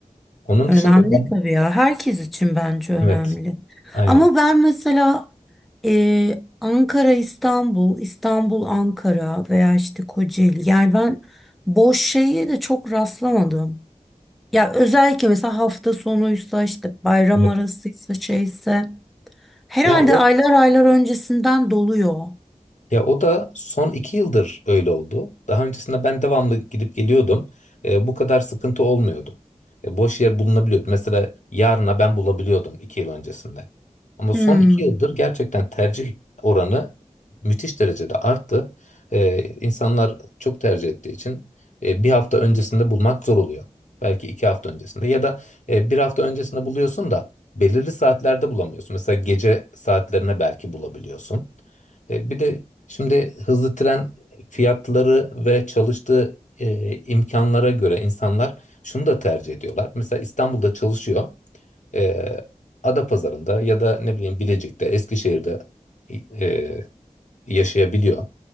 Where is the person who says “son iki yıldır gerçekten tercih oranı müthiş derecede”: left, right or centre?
Left